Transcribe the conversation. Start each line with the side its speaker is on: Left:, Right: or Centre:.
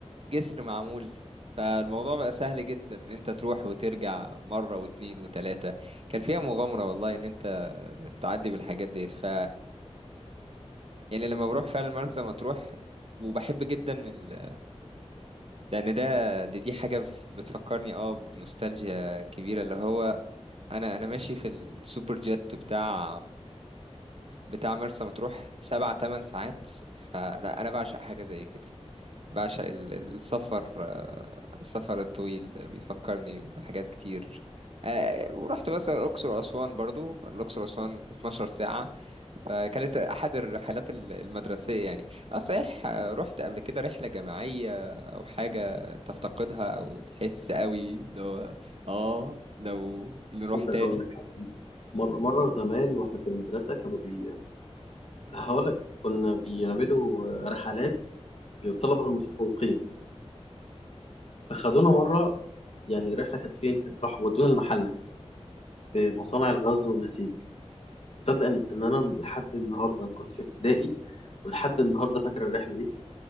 Right: جسر معمول فالموضوع بقى سهل جدا ان انت تروح وترجع مرة واتنين وتلاتة كان فيها مغامرة والله ان انت تعدي بالحاجات ديت ف يعني لما بروح فعلا مرسى مطروح وبحب جدا ال... لان ده دي, دي حاجة بتفكرني اه بنوستالجيا كبيرة اللي هو انا انا ماشي في السوبر جيت بتاع بتاع مرسى مطروح سبع تمن ساعات فلا انا بعشق حاجه زي كده بعشق ال- ال- السفر آه، السفر الطويل بيفكرني بحاجات كتير آه، ورحت مثلا الأقصر وأسوان برضو الأقصر وأسوان 12 ساعة فكانت أحد الرحلات ال- المدرسية يعني أه صحيح آه، رحت قبل كده رحلة جماعية أو حاجة تفتقدها أو تحس قوي اللي هو آه لو نروح
Left: تصدق
Right: تاني
Left: هقول لك حاجة مرة مرة زمان وإحنا في المدرسة كانوا بي هقول لك كنا بيعملوا رحلات للطلبة المتفوقين فخدونا مرة يعني الرحلة كانت فين؟ كانت راح ودونا المحلة في مصانع الغزل والنسيج تصدق إن إن أنا لحد النهاردة أنا كنت في ابتدائي ولحد النهاردة فاكر الرحلة دي